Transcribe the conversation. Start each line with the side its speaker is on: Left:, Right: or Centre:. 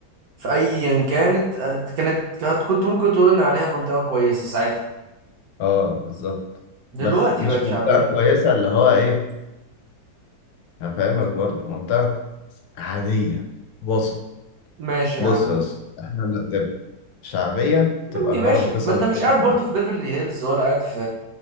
Right: في ايا كانت آه، كانت كانت- كنت ممكن تقول ان عليها منطقه كويسه ساعتها
Left: اه بالظبط
Right: دلوقتي
Left: بس مش
Right: بقت
Left: منطقة
Right: شعبيه
Left: كويسة اللي هو ايه هفهمك برضه منطقة عادية وسط
Right: ماشي
Left: بص
Right: يا عم
Left: يا اسطى احنا نرتبها شعبية تبقى
Right: يا ابني
Left: الهرم
Right: ماشي
Left: فيصل
Right: ما انت
Left: والحتت
Right: مش قاعد برضه
Left: دي
Right: في بيفرلي هيلز ولا قاعد في